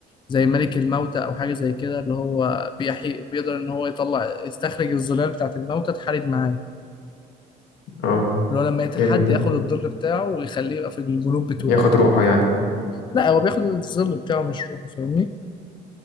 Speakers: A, on the left; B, on the left.
A: زي ملك الموتى او حاجه زي كده اللي هو بيحي بيقدر ان هو يطلع يستخرج الظلال بتاعه الموتى تحارب معاه
B: اه
A: اللي هو لما يقتل
B: جامد
A: حد
B: ده
A: ياخد الظل بتاعه ويخليه يبقى في الجنوب بتوعه
B: ياخد روحه يعني
A: لا هو بياخد الظل بتاعه مش روحه فاهمني